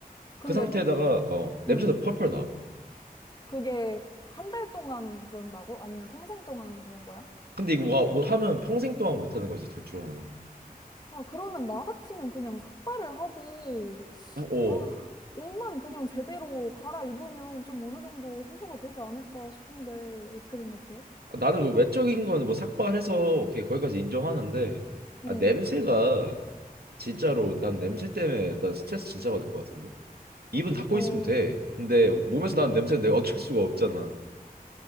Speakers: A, on the left (about 25°); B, on the right (about 90°).
A: 근데,
B: 그 상태에다가 어 냄새도
A: 음,
B: 펄펄 나.
A: 그게 한 달 동안 그런다고? 아니면 평생 동안 그런 거야?
B: 근데 이거 뭐, 뭐 하면 평생 동안 못 하는 거지 둘 중 하나는.
A: 아, 그러면 나 같으면 그냥 삭발을 하고,
B: 어, 어.
A: 아, 옷만 그냥 제대로 갈아입으면 좀 어느 정도 해소가 되지 않을까 싶은데, 어떻게 생각해?
B: 나는 그 외적인 건 뭐 삭발해서 걔 거기까지 인정하는데 아,
A: 응.
B: 냄새가 진짜로 난 냄새 때문에 난 스트레스 진짜 받을 것 같은데. 입은 닫고
A: 어,
B: 있으면 돼. 근데 몸에서 나는 냄새는 내가 어쩔 수가 없잖아.